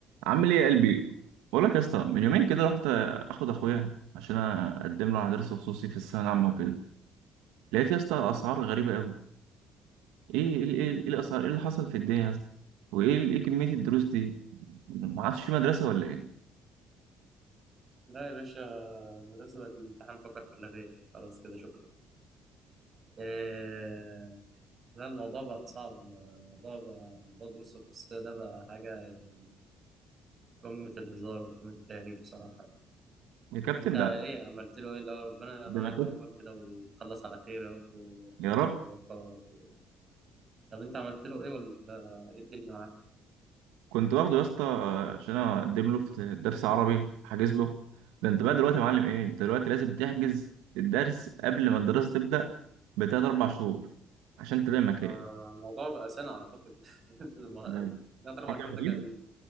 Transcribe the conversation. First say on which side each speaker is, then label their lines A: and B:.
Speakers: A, on the right (about 85°); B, on the right (about 40°).
A: عامل ايه يا قلبي بقول لك يا اسطى من يومين كده رحت اخد اخويا عشان اقدم له على درس خصوصي في الثانويه العامه وكده لقيت يا اسطى اسعار غريبه قوي ايه ايه ايه إيه الاسعار ايه اللي حصل في الدنيا يا اسطى وايه ال- ايه كميه الدروس دي ما عادش في مدرسه ولا ايه
B: لا يا باشا المدرسة بقت الامتحان فقط لا غير خلاص كده شكرا إيه... لا الموضوع بقى صعب الموضوع بقى موضوع الدروس الخصوصية ده بقى حاجة يعني قمة الهزار وقمة التهريج بصراحة يعني.
A: يا كابتن
B: أنت إيه
A: ده
B: عملت له إيه الأول ربنا
A: ده
B: معاه
A: انا
B: الأول
A: كنت
B: كده ويخلص على خير يا رب و-
A: يا رب
B: ويوفقه يا رب كده طب أنت عملت له إيه ولا إيه الدنيا معاه؟
A: كنت واخده يا اسطى عشان اقدم له في درس عربي حاجز له ده انت بقى دلوقتي يا معلم ايه انت دلوقتي لازم تحجز الدرس قبل ما الدراسه تبدا بتلات اربع شهور عشان تلاقي مكان
B: آه، الموضوع بقى سنة أعتقد <laughs>
A: ده
B: ثلاث أربع
A: حاجة
B: شهور
A: غريبة
B: ده كان